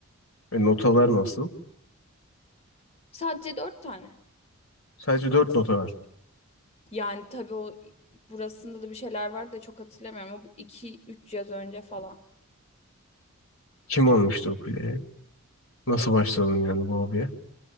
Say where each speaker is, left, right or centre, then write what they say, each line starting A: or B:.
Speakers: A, on the left (about 65°); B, on the left (about 30°).
A: E, notalar nasıl?
B: Sadece dört tane.
A: Sadece dört nota var.
B: Yani tabii o burasında da bir şeyler var da çok hatırlamıyorum. O iki üç yaz önce falan.
A: Kim olmuştu ukulele? Nasıl başladın yani bu hobiye?